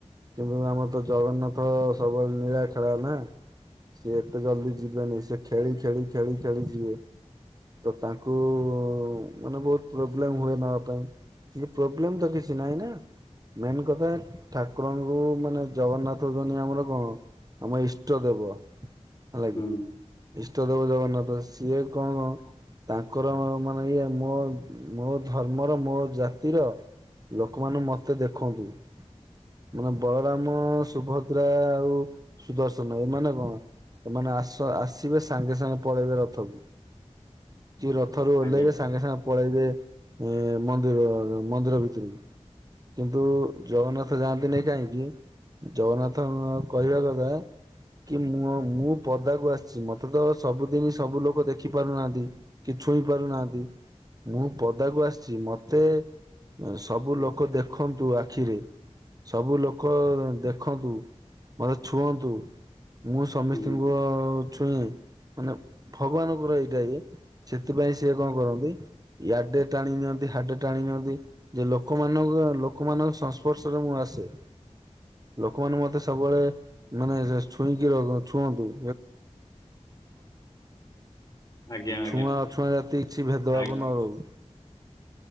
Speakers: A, on the right; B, on the left.
A: କିନ୍ତୁ ଆମର ତ ଜଗନ୍ନାଥ ସବୁବେଳେ ନୀଳା ଖେଳ ନା ସିଏ ଏତେ ଜଲଦି ଯିବେନି ସେ ଖେଳି ଖେଳି ଖେଳି ଖେଳି ଯିବେ। ତ ତାଙ୍କୁ ମାନେ ବହୁତ ପ୍ରୋବ୍ଲେମ ହୁଏ ନବା ପାଇଁ କି ପ୍ରୋବ୍ଲେମ ତ କିଛି ନାଇଁ ନା ମେନ୍ କଥା ଠାକୁରଙ୍କୁ ମାନେ ଜଗନ୍ନାଥ ହଉନି ଆମର କଣ ଆମ ଇଷ୍ଟ ଦେବ। ହେଲା
B: ହୁଁ ହୁଁ
A: କି ଇଷ୍ଟ ଦେବ ଜଗନ୍ନାଥ ସିଏ କଣ ତାଙ୍କର ମାନେ ଇଏ ମୋ ମୋ ଧର୍ମର ମୋ ଜାତିର ଲୋକମାନେ ମତେ ଦେଖନ୍ତୁ। ମାନେ ବଳରାମ ସୁଭଦ୍ରା ଆଉ ସୁଦର୍ଶନ ଏମାନେ କଣ? ସେମାନେ ଆସ ଆସିବେ ସାଙ୍ଗେ ସାଙ୍ଗେ ପଳେଇବେ ରଥକୁ। କି ରଥରୁ ଓହ୍ଲେଇବେ
B: ଆଜ୍ଞା
A: ସାଙ୍ଗେ ସାଙ୍ଗେ ପଳେଇବେ ମନ୍ଦିର ମନ୍ଦିର ଭିତରକୁ। କିନ୍ତୁ ଜଗନ୍ନାଥ ଯାଆନ୍ତି ନାଇଁ କାହିଁକି ଜଗନ୍ନାଥଙ୍କ କହିବା କଥା କି ମୁଁ ମୁଁ ପଦାକୁ ଆସିଛି ମତେ ତ ସବୁଦିନ ସବୁ ଲୋକ ଦେଖ ଦେଖି ପାରୁନାହାନ୍ତି କି ଛୁଇଁ ପାରୁନାହାନ୍ତି ମୁଁ ପଦାକୁ ଆସିଛି ମତେ ସବୁ ଲୋକ ଦେଖନ୍ତୁ ଆଖିରେ। ସବୁ ଲୋକ ଦେଖନ୍ତୁ ମତେ ଛୁଅନ୍ତୁ। ମୁଁ ସମସ୍ତଙ୍କର
B: ହୁଁ
A: ଛୁଇଁ ମାନେ ଭଗବାନଙ୍କର ଏଇଟା ଇଏ ସେଥିପାଇଁ ସିଏ କଣ କରନ୍ତି ୟାଡେ ଟାଣି ନିିଅନ୍ତି ହାଡେ ଟାଣି ନିିଅନ୍ତି। ଯେ ଲୋକମାନଙ୍କ ଲୋକମାନଙ୍କ ସଂସ୍ପର୍ଶରେ ମୁଁ ଆସେ। ଲୋକମାନେ ମତେ ସବୁବେଳେ ମାନେ ଛୁଇଁକି ଛୁଅନ୍ତୁ।
B: ଆଜ୍ଞା ଆଜ୍ଞା
A: ଛୁଆଁ ଅଛୁଆଁ ଜାତି କିଛି ଭେଦଭାବ
B: ଆଜ୍ଞା
A: ନ ରହୁ।